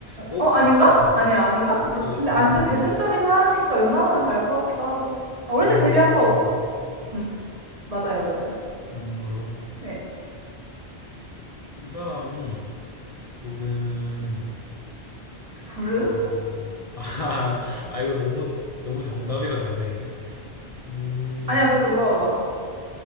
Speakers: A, on the left; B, on the right.
A: 어,
B: 어, 아닌가?
A: 아, 잠깐만.
B: 아니, 아닌가?
A: 갑자기
B: 모르... 근데,
A: 변수인데?
B: 아, 근데 대중적인 사람이니까 웬만하면 다 알 것 같기도 하고. 아, 어릴
A: 음,
B: 때 데뷔한 거, 음, 맞아요, 맞아요.
A: 맞는 걸로.
B: 예.
A: 이 사람이 부른,
B: 불은?
A: 어, 아, <laughs> 아, 이거 너무, 너무 정답이라서 안 되겠네. 음,
B: 아니야, 그래도 물어봐봐.